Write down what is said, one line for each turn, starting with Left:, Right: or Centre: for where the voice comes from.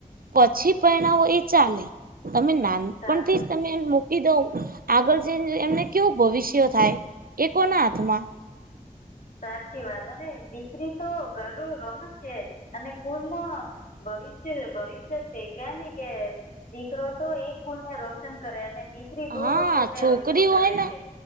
Right: પછી પરહેણાવો એ ચાલે તમે ના- -
Left: સાચી
Right: પણ થી તમે મૂકી દવ આગળ જને- - એમને કેવું ભવિષ્ય થાય એ કોના હાથમાં- -
Left: સાચી વાત અને દીકરી તો ઘર રોનક છે, અને- - કૂલ ના ભવિષ્ય ભવિષ્ય છે, ક્યા નને કે દીકરો તો એક કુલ ને રોશન કરે અને દીકરી દો
Right: હા
Left: દો કુલને
Right: છોકરી
Left: રોશન કરે
Right: હોય ને
Left: છે.